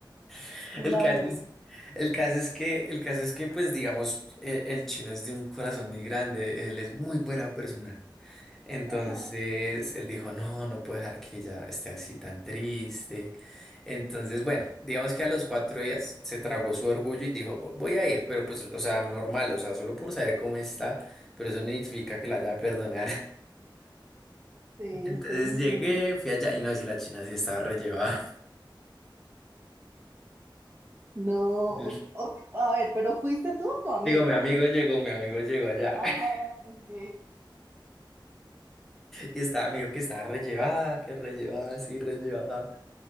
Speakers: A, in the centre; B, on the right.
A: <laughs>
B: me
A: El
B: la
A: caso
B: debes.
A: es, el caso es que, el caso es que, pues, digamos, eh, el chino es de un corazón muy grande, él es muy buena persona. Entonces,
B: Ajá,
A: él dijo, no, no puedo dejar que ella esté así tan triste. Entonces, bueno, digamos que a los cuatro días se tragó su orgullo y dijo, "Vo- voy a ir, pero pues, o sea, normal, o sea, solo por saber cómo está, pero eso no significa que la haya a perdonar.
B: sí,
A: Entonces
B: ok, entiendo.
A: llegué, fui allá y no, si la China sí estaba rellevada.
B: No,
A: <laughs> Entonces,
B: o- o- a ver, pero fuiste tú o tu amigo.
A: Digo, mi amigo llegó, mi amigo llegó allá.
B: Ajá,
A: <laughs>
B: ok,
A: Y estaba, me dijo que estaba rellevada, que rellevada, sí, rellevada.